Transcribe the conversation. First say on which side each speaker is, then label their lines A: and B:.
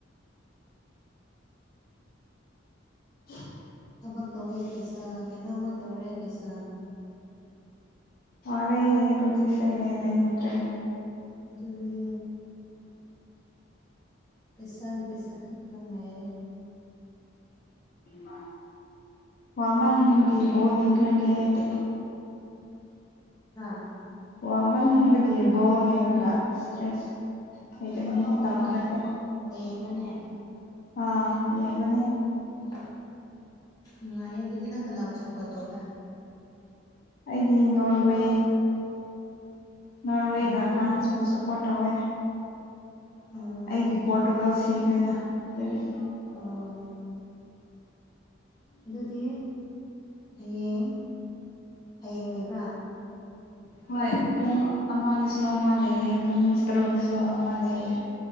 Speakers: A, on the left; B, on the left.
A: <unintelligible>
B: ꯊꯕꯛ ꯇꯧꯋꯦ ꯄꯩꯁꯥ ꯀꯩꯅꯣꯝꯃ ꯇꯧꯔꯦ ꯄꯩꯁꯥ
A: ꯋꯥꯔꯦ ꯄꯤꯟꯁꯤꯁꯦ ꯂꯩꯅꯤꯡꯗ꯭ꯔꯦ
B: ꯑꯗꯨꯅꯦ ꯄꯩꯁꯥꯒꯤ ꯄꯩꯁꯥ ꯈꯛꯇ ꯉꯥꯏꯔꯦ
A: ꯎꯝ ꯋꯥꯃꯟꯕꯒꯤ ꯕꯣꯜ ꯌꯦꯡꯈ꯭ꯔꯒꯦ ꯑꯩꯗꯤ
B: ꯍꯥꯥ
A: ꯋꯥꯃꯟꯕꯒꯤ ꯕꯣꯜ ꯌꯦꯡꯉꯒ ꯏꯁꯇ꯭ꯔꯦꯁ ꯑꯩꯗꯤ ꯃꯤꯅ ꯇꯧꯈꯔꯗꯤ
B: ꯑꯗꯅꯦ
A: ꯑꯥ ꯌꯦꯡꯉ‌ꯣꯅꯦ
B: ꯎꯝ ꯅꯨꯡꯉꯥꯏꯌꯦ ꯑꯗꯨꯗꯤ ꯅꯪ ꯀꯅꯥꯕꯨ ꯁꯞꯄꯣꯔꯠ ꯇꯧꯕ
A: ꯑꯩꯗꯤ ꯅꯣꯔꯠꯋꯦ ꯅꯣꯔꯋꯦꯒ
B: ꯑꯣ
A: ꯐ꯭ꯔꯥꯟꯁꯕꯨ
B: ꯑꯗꯨ
A: ꯁꯞꯄꯣꯔꯠ ꯇꯧꯋꯦ
B: ꯑꯣ
A: ꯑꯩꯒꯤ ꯄꯣꯔꯇꯨꯒꯜ ꯁꯤꯈ꯭ꯔ‌ꯦꯅ ꯑꯗꯨꯒꯤ
B: ꯑꯣ ꯑꯗꯨꯗꯤ ꯍꯌꯦꯡ ꯍꯌꯦꯡ ꯂꯩꯕ꯭ꯔꯥ
A: ꯍꯣꯏ ꯄꯨꯡ ꯑꯃꯗꯁꯨ ꯑꯃ ꯂꯩꯑ‌ꯦ ꯄꯨꯡ ꯇꯔꯨꯛꯗꯁꯨ ꯑꯃ ꯂꯩꯑꯦ